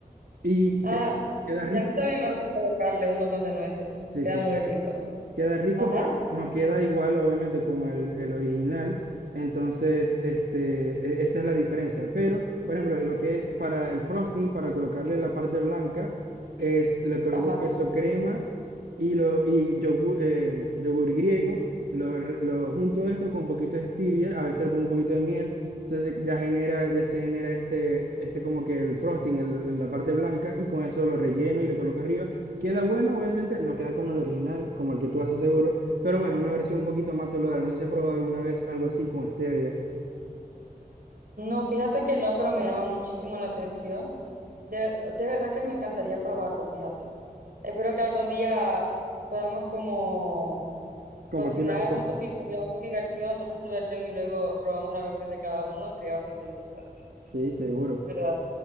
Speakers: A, on the right; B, on the right.
A: y
B: Ah,
A: que, queda
B: y
A: rico.
B: a mí también me gusta colocarle un montón de nueces.
A: Sí,
B: Queda
A: sí.
B: muy rico.
A: Queda rico,
B: Ajá,
A: pero no queda igual, obviamente, como el, el original. Entonces, este, e- esa es la diferencia. Pero, por ejemplo, lo que es para el frosting, para colocarle la parte blanca, es le coloco
B: ajá.
A: queso crema y, lo, y yogur, eh, yogur griego. Lo, re- lo junto esto con un poquito de stevia, a veces le pongo un poquito de miel. Entonces ya genera, ya se genera este, este como que el frosting, el- la parte blanca, y con eso lo relleno y lo coloco arriba. Queda bueno, obviamente, no queda como el original, como el que tú haces seguro, pero bueno, es una versión un poquito más saludable. No sé si has probado alguna vez algo así con stevia.
B: No, fíjate que no, pero me llama muchísimo la atención. De, de verdad que me encantaría probarlo, fíjate. Espero que algún día podamos como
A: Compartir
B: cocinar
A: la receta.
B: juntos, tipo yo hago mi versión, entonces tu versión y luego probamos la versión de cada uno, sería bastante interesante,
A: Sí, seguro.
B: ¿verdad?